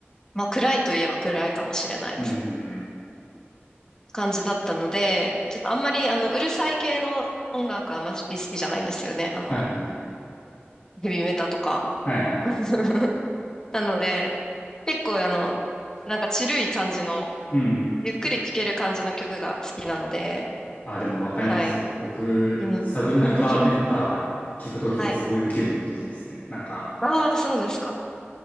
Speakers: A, on the left; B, on the left.
A: まあ、暗いといえば暗いかもしれないですね。
B: うんうんうん。
A: 感じだったので、ちょっとあんまりあの、うるさい系の音楽はあまり好きじゃないんですよね。あの、
B: はいはいはい。
A: ヘビメタとか。
B: はいはいはい。
A: <laughs> なので、結構あの、なんかチルい感じの、
B: うんうん。
A: ゆっくり聴ける感じの曲が好きなので、
B: あ、でもわかりますよ。
A: はい。
B: 僕、
A: うん。
B: サブリナ・
A: <laughs>
B: カーペンター聞くときはそういう気分のときですね。
A: はい。
B: なんか、
A: ああ、そうですか。